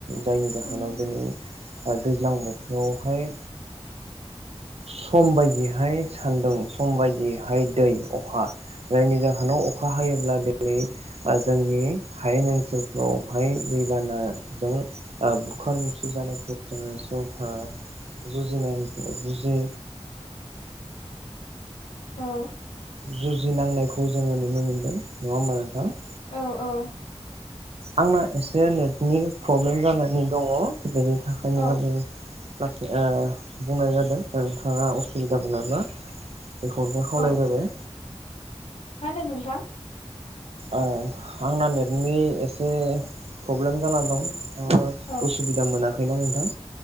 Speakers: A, on the right; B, on the left.
A: जायनि जाहोनाव
B: उम
A: दिनै ओ दैज्लां बोथोरावहाय सम बायदिहाय सान्दों सम बायदियैहाय दै अखा जायनि जाहोनाव अखा हायोब्ला ओ दै जोंनि हायेन ओनसोलफोरावहाय दैबानाजों ओ बुखार बुसि जानायखौ जोङो जोंहा जुजिनानै जुजियो
B: औ।
A: जुजिनांनायखौ जोङो नुनो मोनदों नङा होमबा नोंथां?
B: औ औ।
A: आंना एसे नेटनि प्रब्लेम जानानै दङ' बेनि थाखायनो
B: औ
A: आङो लासै बुंनाय जादों नोंथाङा असुबिदा मोननाबा बेखौनो खावलायग्रोबाय
B: औ मा होनदों नोंथां?
A: ओ आंना नेटनि एसे प्रब्लेम जाना दं। अ
B: औ
A: असुबिदा मोना नोंथां